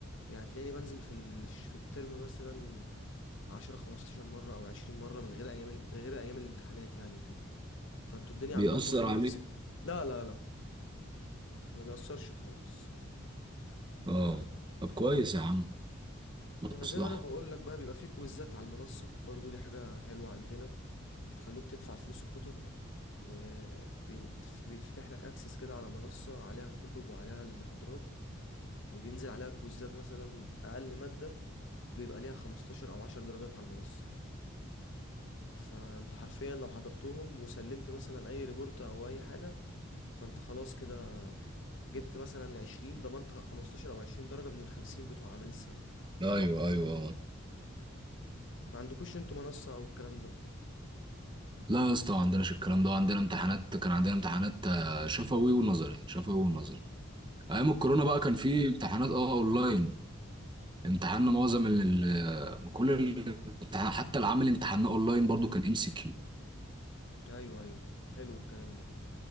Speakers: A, on the left; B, on the right.
A: يعني تلاقيني بنزل في ال... في الترم مثلا عشرة خمستاشر مرة أو عشرين مرة من غير أيام ال... غير أيام الامتحانات يعني وكده فأنتوا الدنيا
B: بيأثر
A: عندكم برضو
B: عليك
A: نفسك لا لا لا ما بيأثرش خالص
B: اه طب كويس يا عم
A: ما
B: مصلحه
A: زي ما انا بقول لك بقى بيبقى فيه كويزات على المنصة برضو دي حاجة حلوة عندنا بتخلوك تدفع فلوس الكتب وبيتفتح لك اكسس كده على منصة عليها الكتب وعليها المحاضرات وبينزل عليها كويزات مثلا اقل مادة بيبقى ليها 15 او 10 درجات على المنصة فانت حرفيا لو حضرتهم وسلمت مثلا اي ريبورت او اي حاجة فانت خلاص كده جبت مثلا 20 ضمنت 15 او 20 درجة من ال 50 بتوع اعمال السنة
B: ايوه ايوه
A: ما عندكوش انتوا منصة او الكلام ده
B: لا يا اسطى ما عندناش الكلام ده عندنا امتحانات كان عندنا امتحانات آه، شفوي ونظري شفوي ونظري
A: امم
B: ايام الكورونا بقى كان في امتحانات اه اونلاين امتحاننا معظم ال ال- كل الامتحان حتى العمل امتحاننا اونلاين برضو كان ام سي كيو
A: ايوه ايوه حلو الكلام ده